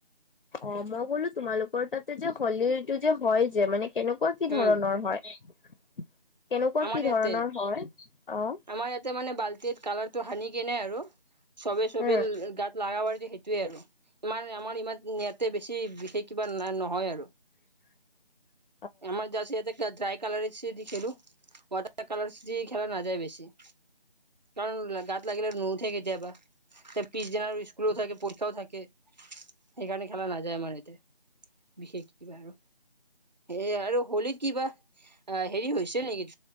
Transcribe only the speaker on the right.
উম
আমাৰ
ইয়াতে
আমাৰ ইয়াতে মানে বালটিত কালাৰটো হানি কেনে আৰু চবে, চবে
গাত লাগাবাৰ দিয়ে সেইটোয়ে আৰু আমাৰ, আমাৰ ইমান ইয়াতে বেছি বিশেষ কিবা নহয় আৰু।
এমাৰ যাচ ইয়াতে <unintelligible> ড্ৰাই কালাৰ চে দখেলোঁ। ৱাটাৰ কালাৰ্ছ দি খেলা নাযায় বেছি। কাৰণ গাত লাগিলে নুওথে কেতিয়াবা তে পিছদিনা স্কুলো থাকে, পৰীক্ষাও থাকে। সেইকাৰণে খেলা নাযায় আমাৰ ইয়াতে বিশেষ কিবা আৰু। সেয়ে আৰু হোলীত কিবা অ' হেৰি হৈছে নেকি?